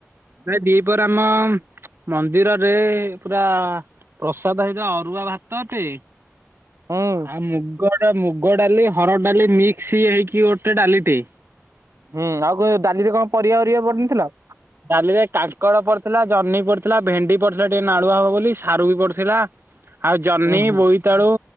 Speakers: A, on the right (about 45°); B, on the right (about 70°).
A: ଭାଇ ଦି ପହରେ ଆମ ମନ୍ଦିରରେ ପୁରା। ଭାତ ତ ହେଇଥିଲା ଅରୁଆ ଭାତ ଟେ।
B: ହୁଁ।
A: ଆଉ ମୁଗ ଟା ମୁଗ ଡାଲି ହରଡ ଡାଲି ମିକ୍ସ ହେଇକି ଗୋଟେ ଡାଲିଟେ।
B: ହୁଁ ଆଉ କଣଡାଲିିରେ କଣ ପରିବା ପରିବା ପଢିନଥିଲା?
A: ଡାଲିରେ କାଙ୍କଡ଼ ପଡିଥିଲା ଜହ୍ନି ପଡିଥିଲା ଭେଣ୍ଡି ପଡିଥିଲା ଟିକେ ନାଳୁଆ ହବ ବୋଲି ସାରୁ ବି ପଡିଥିଲା। ଆଉ ଜହ୍ନି
B: ଉଁ ହୁଁ
A: ବୋଇତାଳୁ